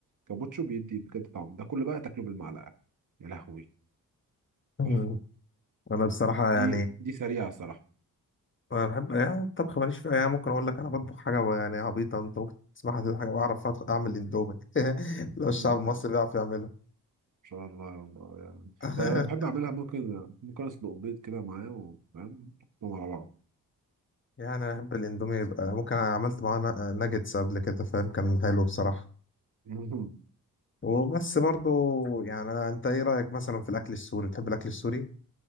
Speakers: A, on the right; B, on the left.
A: كابوتشو بيدي بجد طعم ده كله بقى تاكله بالمعلقه يا لهوي
B: مم.
A: تحفه
B: انا بصراحه
A: دي
B: يعني
A: دي سريعه الصراحه
B: انا بحب يعني الطبخ ماليش فيها يعني ممكن اقول لك انا بطبخ حاجه يعني عبيطه انت ممكن تسمعها دي حاجه بعرف أط- اعمل اندومي <laughs> لو الشعب
A: آه، ان
B: المصري بيعرف يعمله
A: شاء الله يا الله يعني
B: <laughs>
A: أه بحب اعملها ممكن ممكن اسلق بيض كده معاه وفاهم نحطهم على بعض
B: يعني انا بحب الاندومي يبقى ممكن أنا عملت معاه ن- ناجتس قبل كده فاهم كان حلو بصراحه
A: <laughs>
B: وبس برضو يعني أنا- انت ايه رايك مثلا في الاكل السوري بتحب الاكل السوري